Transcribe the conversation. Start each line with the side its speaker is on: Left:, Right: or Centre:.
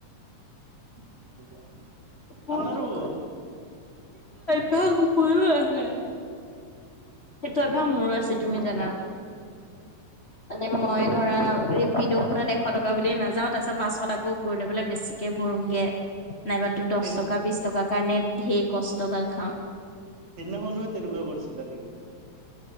Right: -কি কবা
Left: মোৰো
Right: আমাৰো
Left: <inaudible> আহে সেইটো
Right: তাকে
Left: অভ্যাস
Right: অ
Left: মোৰো আছে তুমি জানা মানে মই ধৰা ইদৌখনত এশ টকা বুলি নাযাওঁ তাৰপিছত বাছত আকৌ গৈ লৈ পেলাই বেছিকে ভৰোংগে নাইবা দহ
Right: সেই
Left: টকা বিশ টকাৰ কাৰণে ধেৰ কষ্টগাল খাওঁ।
Right: হেইদিনাখনো তেনেকুৱা কৰিছিলা নেকি।